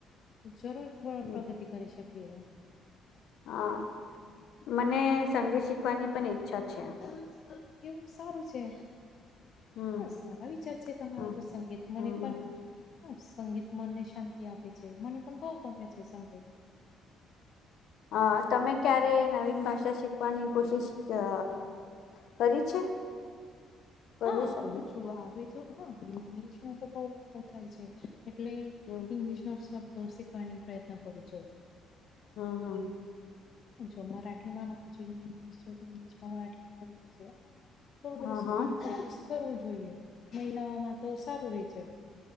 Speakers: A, on the left; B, on the left.
A: તો જરૂર
B: હમ
A: પ્રગત તો કરી શકીએ
B: હા મને સંગીત શીખવાની પણ ઈચ્છા છે.
A: <inaudible> લેકિન સારું છે
B: હમ
A: હા સારા વિચાર છે તમારા
B: હમ
A: તો સંગીત મને
B: હમ
A: પણ હ સંગીત મનને શાંતિ આપે છે મને પણ બહુ ગમે છે સંગીત
B: અ તમે ક્યારે નવીન ભાષા શીખવાની કોશિશ અ કરી છે. કરવી
A: હા
B: શકે
A: કરુ છું આવે જો હા ઇંગ્લિશ નો તો બોવ વાતો થાય છે. એટલે
B: હમ
A: ઇંગ્લિશ નો શબ્દો શીખવાની પ્રયત્ન કરું છું
B: હમ્મ હમ્મ.
A: જો મરાઠી માં નાખું છું ઇંગ્લિશ ઇંગ્લિશ માં મરાઠીમાં કરી છે થોડું થોડું
B: હા
A: શીખવાની
B: હા
A: કોશિશ કરવું જોઈએ મહિલાઓમાં તો સારું રે છે.